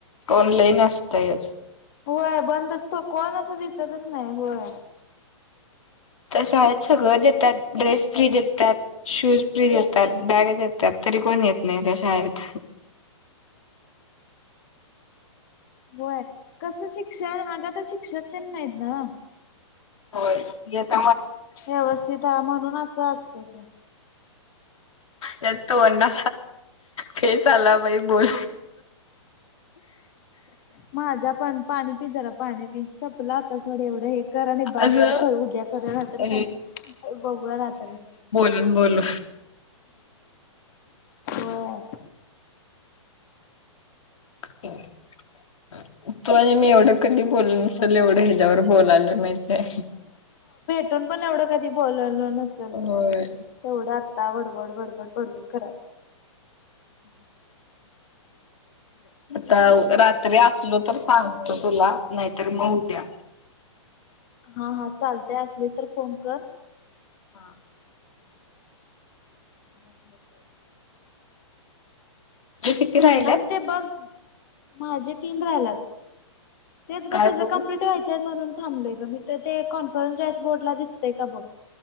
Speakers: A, on the left; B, on the left.
A: ऑनलाईन असतयच
B: होय बंदचतो कोण असं दिसतच नाही होय
A: तसं आहेत सगळं देतात ड्रेस फ्री देतात शूज फ्री देतात बॅग देतात तरी कोण येत नाही त्याशा येत
B: होय कसं शिक्षण अग तर शिक्षक त्यांनी नाहीत ना
A: होय येेत
B: व्यवस्थित ह म्हणून असं असत ते
A: यात वंडला फेस आला बाई बोल
B: माझ्या पण पाणी पी जरा पाणी पी सपलं आता सथोडं एवढं हे कररा आणि भास
A: असं
B: ब कर उद्या करू राहात
A: अ
B: स बघूया राहातरी
A: बोल
B: हो
A: <unintelligible> तो आणि मी एवढं कधी बोल नसेल,
B: कंटाळा
A: एवढं ह्याच्यावर बोलालो माहितीय.
B: कठून पण एवढं कधी बोलल नसल,
A: होय
B: तेवढं आता बडबड बडबड बडबड कराऽ
A: ता तरी असल तर सांगत तुला नाहीतर बऊ द्या
B: हा हा चालतय असली तर फोन कर
A: हा
B: म्हणे का
A: ते किती राहिऽ
B: आणि ते बघ, माझे तीन राहिलात, तेच
A: काय
B: ग तुझे
A: बघू
B: कंप्लीट व्हायचे. म्हणून थांबलोय इ,, म तर ते कॉन्फरन्सडॅ बोर्डला दिसतंय का बघ.